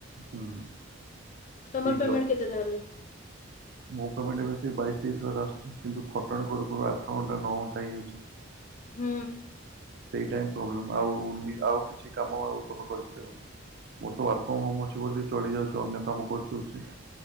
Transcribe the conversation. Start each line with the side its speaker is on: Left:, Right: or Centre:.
Right: ହୁଁ
Left: କାମର
Right: ସେଇ
Left: ପେମେଣ୍ଟ
Right: ଜ
Left: କେତେ ତାଲେ
Right: ମୋ ପେମେଣ୍ଟ ଏବେ ସେ ବାଇଶ ତେଇଶ ହଜାର ଆସୁଛି କିନ୍ତୁ ଖଟଣାଣି କରୁ କରୁ ଆଠ ଘଣ୍ଟା ନଅ ଘଣ୍ଟା ହେଇଯାଉଛି
Left: ହୁଁ।
Right: ସେଇଟା ହ ପ୍ରୋବ୍ଲେମ ଆଉ ଆଉ କିଛି କାମ ଆଉ ତମେ କରିପାରିବନି ମୋର ତ ୱାର୍କ ଫ୍ରମ ହୋମ ଅଛି ବୋଲି ଚଳି ଯାଉଛି ଅନ୍ୟ କାମ କରିଉଛି